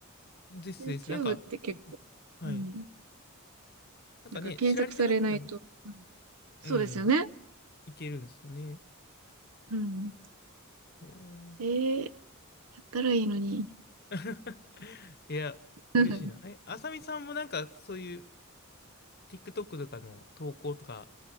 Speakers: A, on the left (about 45°); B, on the right (about 85°).
A: ですです。
B: YouTube
A: なんか、
B: って結構、
A: よく、はい。
B: うん、
A: なんかね、
B: なんか検索されないと、
A: 知られてなくても、
B: うんそうですよね。
A: うん、いけるんですよね。
B: うん。
A: おー
B: えー、やったらいいのに。
A: <laughs> いや、
B: <laughs>
A: 嬉しいな。
B: いうん
A: え、あさみさんもなんか、そういう TikTok とかの投稿とか